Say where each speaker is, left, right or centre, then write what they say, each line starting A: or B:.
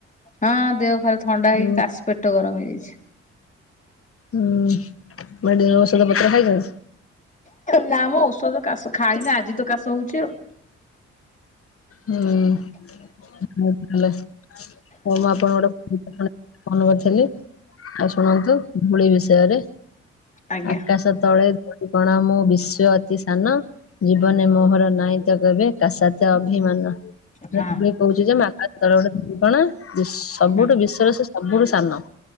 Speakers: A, on the left; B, on the left.
A: ହଁ ଦେହ ପରା ଥଣ୍ଡା
B: ହୁଁ
A: ହେଇ କାଶ ପେଟ ଗରମ ହେଇଯାଇଛି।
B: ହୁଁ ମେଡିକାଲ ଔଷଧ ପତ୍ର ଖାଇଥିଲ?
A: ନା ମ ଔଷଧ କାଶ ଖାଇନି ଆଜି ତ କାଶ ହଉଛି ଆଉ।
B: ହୁଁ ବହୁତ ଭଲ। ହଉ ମୁଁ ଆପଣଙ୍କ ଗୋଟେ <inaudible> ଫୋନ କରିଥିଲି। ଆଉ ଶୁଣନ୍ତୁ ଧୂଳି ବିଷୟରେ
A: ଆଜ୍ଞା
B: ଆକାଶ ତଳେ ଧୂଳି କଣା ମୁଁ ବିଶ୍ୱେ ଅତି ସାନ ଜୀବନ ମୋହର ନାଇଁ ତ କେବେ କା ସାଥେ ଅ ଅଭିମାନ
A: ହଁ
B: ଧୂଳି କହୁଚି ଯେ ମୁଁ ଆକାଶ ତଳେ ଗୋଟେ ଧୂଳି କଣା ଯେ ସବୁଠୁ
A: ହୁଁ
B: ବିଶ୍ୱରେ ସେ ସବୁଠୁ ସାନ